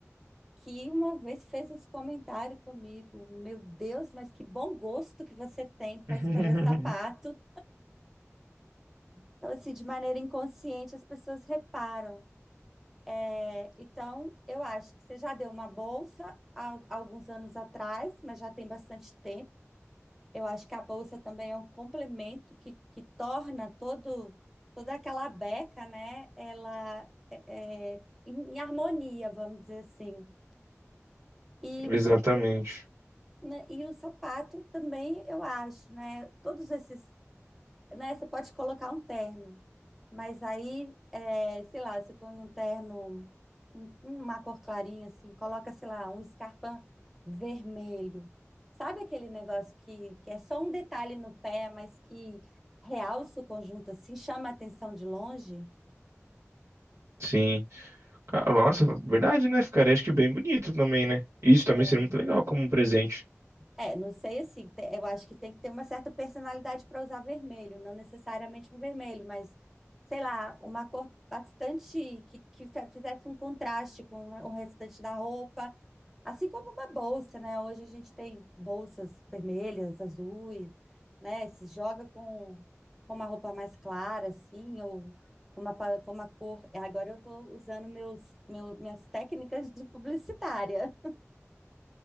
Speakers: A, in the centre; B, on the right.
A: que uma vez fez esse comentário comigo. Meu Deus, mas que bom gosto que você tem para
B: <laughs>
A: escolher sapato. Então, assim, de maneira inconsciente, as pessoas reparam. É, então, eu acho que você já deu uma bolsa há alguns anos atrás, mas já tem bastante tempo. Eu acho que a bolsa também é um complemento que, que torna todo, toda aquela beca, né? Ela é, é, em em harmonia, vamos dizer assim. E
B: Exatamente.
A: os né, E o sapato também, eu acho, né? Todos esses, né? Você pode colocar um terno, mas aí, é, sei lá, você põe um terno, um- uma cor clarinha assim, coloca, sei lá, um escarpão vermelho. Sabe aquele negócio que, que é só um detalhe no pé, mas que realça o conjunto assim, chama a atenção de longe?
B: Sim. Ah, nossa, verdade, né? Ficaria acho que bem bonito também, né? Isso também
A: É.
B: seria muito legal como um presente.
A: É, não sei assim, te- eu acho que tem que ter uma certa personalidade para usar vermelho, não necessariamente um vermelho, mas sei lá, uma cor bastante que, que fe- fizesse um contraste com o restante da roupa, assim como uma bolsa, né? Hoje a gente tem bolsas vermelhas, azuis, né? Se joga com, com uma roupa mais clara, assim, ou com uma, pa- com uma cor. Agora eu estou usando meus, meu, minhas técnicas de publicitária.